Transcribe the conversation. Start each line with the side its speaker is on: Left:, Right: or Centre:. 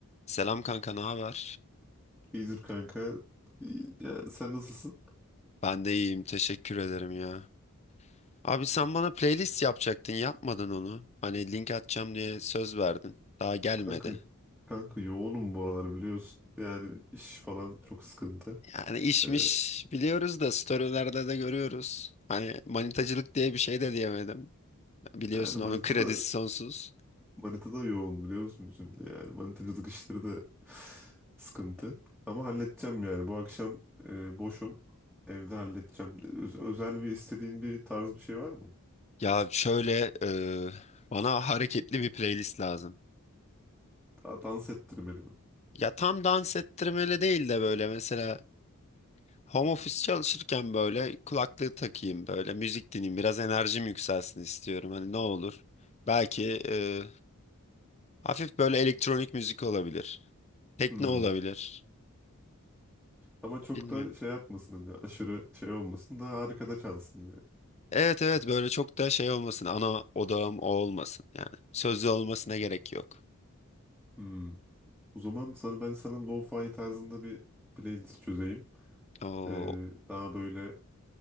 Left: Selam kanka, ne haber?
Centre: İyidir kanka. İyi- Yani sen nasılsın?
Left: Ben de iyiyim, teşekkür ederim ya. Abi sen bana playlist yapacaktın, yapmadın onu. Hani link atacağım diye söz verdin. Daha gelmedi.
Centre: Kanka kanka yoğunum bu aralar biliyorsun. Yani iş falan çok sıkıntı.
Left: Yani işmiş
Centre: Ee,
Left: biliyoruz da storylerde de görüyoruz. Hani manitacılık diye bir şey de diyemedim. Biliyorsun
Centre: yani
Left: onun
Centre: Manita'da
Left: kredisi sonsuz.
Centre: Manita'da yoğun biliyorsun şimdi yani manitacılık işleri de <sighs> sıkıntı. Ama halledeceğim yani bu akşam e, boşum. Evde halledeceğim. Öz- özel bir istediğin bir tarz bir şey var mı?
Left: Ya şöyle e, bana hareketli bir playlist lazım.
Centre: Daha dans ettirmeli mi?
Left: Ya tam dans ettirmeli değil de böyle mesela Home office çalışırken böyle kulaklığı takayım böyle müzik dinleyeyim biraz enerjim yükselsin istiyorum hani ne olur. Belki e, hafif böyle elektronik müzik olabilir. Tekno
Centre: Hmm.
Left: olabilir.
Centre: Ama çok
Left: Bilmiyorum.
Centre: da şey yapmasın hani aşırı şey olmasın daha arkada çalsın
Left: Evet evet böyle çok da şey olmasın ana odağım o olmasın yani. Sözlü olmasına gerek yok.
Centre: yani. O zaman sana, ben sana lo-fi tarzında bir playlist çözeyim.
Left: O
Centre: Ee, daha böyle